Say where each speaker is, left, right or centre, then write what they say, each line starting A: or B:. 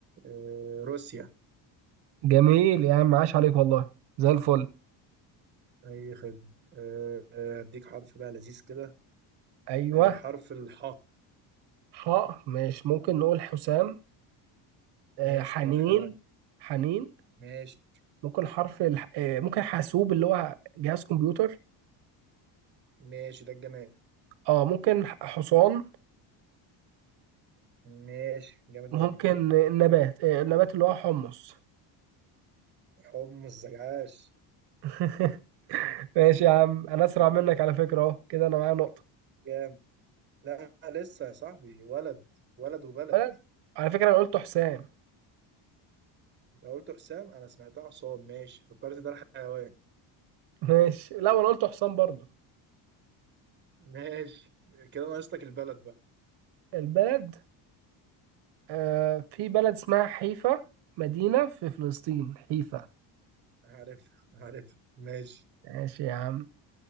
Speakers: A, on the right; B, on the right.
A: آه، روسيا
B: جميل يا عم عاش عليك والله زي الفل
A: اي خدمة آه، آه، هديك حرف بقى لذيذ كده
B: ايوه
A: آه، حرف الحاء
B: حاء ماشي ممكن نقول حسام آه
A: ماشي
B: حنين
A: ده الحيوان
B: حنين
A: ماشي
B: ممكن حرف الح... آه ممكن حاسوب اللي هو جهاز كمبيوتر
A: ماشي ده الجماد
B: اه ممكن ح- حصان
A: ماشي جامد
B: ممكن
A: أوي
B: آه، النبات آه النبات اللي هو حمص
A: حمص زجاج
B: <laughs> ماشي يا عم انا اسرع منك على فكرة اهو كده انا معايا نقطة
A: جامد لا لسه يا صاحبي ولد ولد وبلد
B: بلد على فكرة أنا قلت حسام
A: انت قلت حسام انا سمعتها حصان ماشي فكرت ده الحيوان
B: <laughs> ماشي لا وأنا قلت حسام برضو
A: ماشي كده ناقصتك البلد بقى
B: البلد آه في بلد اسمها حيفا مدينة في فلسطين حيفا
A: عارف عارف ماشي
B: ماشي يا عم